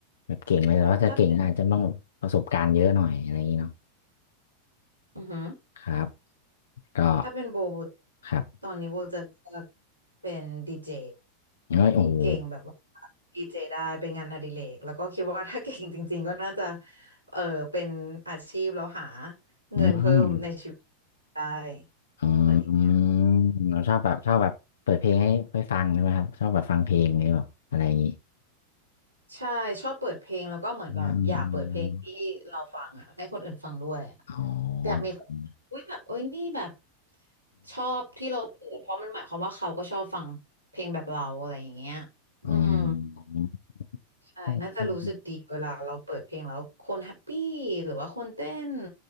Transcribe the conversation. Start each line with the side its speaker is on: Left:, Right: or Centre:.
Left: แบบเก่งเลยแต่ว่าจะเก่งอาจจะต้องประสบการณ์เยอะหน่อยอะไรอย่างนี้เนาะ
Right: ถ้าเป็นอือหือ
Left: ครับก็
Right: ถ้าเป็นโบ
Left: ครับ
Right: ตอนนี้โบจะเลือกเป็นดีเจ
Left: เอ้ยโอ้โห
Right: เก่งแบบว่าดีเจได้เป็นงานอดิเรกแล้วก็คิดว่าถ้าเก่งจริงๆก็น่าจะเออเป็นอาชีพแล้วหาเงินเพิ่มในชีวิต
Left: อืม
Right: ได้
Left: อื
Right: อะไรอย่างเงี้ย
Left: มเราชอบแบบชอบแบบเปิดเพลงให้ให้ฟังใช่ไหมครับชอบแบบฟังเพลงอะไรแบบอะไรอย่างนี้
Right: ใช่ชอบเปิดเพลงแล้วก็เหมือนแบบอยากเปิดเพลงที่เราฟังอ่ะให้คนอื่นฟังด้วยอะ
Left: อืมอ๋อ
Right: อยากมีคนอุ้ยแบบเอ้ยนี่แบบ
Left: อืม
Right: ชอบที่เราเปิดเพราะมันหมายความว่าเขาก็ชอบฟังเพลงแบบเราอะไรอย่างเงี้ยอืม
Left: อืม
Right: ใช่น่าจะรู้สึกดีเวลาเราเปิดเพลงแล้วคนแฮปปี้หรือว่าคนเต้น
Left: อืม